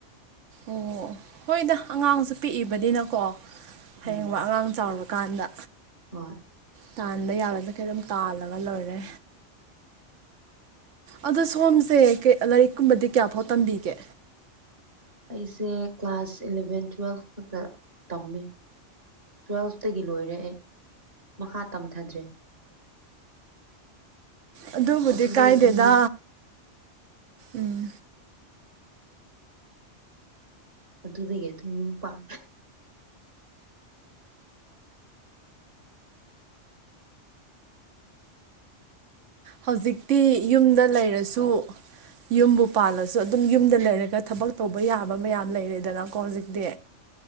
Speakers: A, on the right; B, on the right.
A: ꯑꯣ ꯍꯣꯏꯗ ꯑꯉꯥꯡꯁꯨ ꯄꯤꯛꯏꯕꯅꯤꯅꯀꯣ ꯍꯌꯦꯡꯋꯥꯏ
B: ꯎꯝ
A: ꯑꯉꯥꯡ ꯆꯥꯎꯔꯀꯥꯟꯗ
B: ꯍꯣꯏ
A: ꯇꯥꯟꯕ ꯌꯥꯕ ꯃꯈꯩ ꯑꯗꯨꯝ ꯇꯥꯜꯂꯒ ꯂꯣꯏꯔꯦ ꯑꯗꯣ ꯁꯣꯝꯁꯦ ꯂꯥꯏꯔꯤꯛ ꯀꯨꯝꯕꯗꯤ ꯀꯌꯥ ꯐꯥꯎ ꯇꯝꯕꯤꯒꯦ
B: ꯑꯩꯁꯦ ꯀ꯭ꯂꯥꯁ ꯏꯂꯚꯦꯟ ꯇꯨꯋꯦꯜꯐ ꯈꯛꯇ ꯇꯝꯃꯦ ꯇꯨꯋꯦꯜꯐ ꯇꯒꯤ ꯂꯣꯏꯔꯦ ꯑꯩ ꯃꯈꯥ ꯇꯝꯊꯗ꯭ꯔꯦ
A: ꯑꯗꯨꯕꯨꯗꯤ
B: ꯑꯗꯨꯗꯒꯤ
A: ꯀꯥꯏꯗꯦꯗ
B: ꯑꯗꯨꯝ ꯌꯨꯝ
A: ꯎꯝ
B: ꯑꯗꯨꯗꯒꯤ ꯑꯗꯨꯝ ꯌꯨꯝ ꯄꯥꯟ
A: ꯍꯧꯖꯤꯛꯇꯤ ꯌꯨꯝꯗ ꯂꯩꯔꯁꯨ ꯌꯨꯝꯕꯨ ꯄꯥꯜꯂꯁꯨ ꯑꯗꯨꯝ ꯌꯨꯝꯗ ꯂꯩꯔꯒ ꯊꯕꯛ ꯇꯧꯕ ꯌꯥꯕ ꯃꯌꯥꯝ ꯂꯩꯔꯦꯗꯅꯀꯣ ꯍꯧꯖꯤꯛꯇꯤ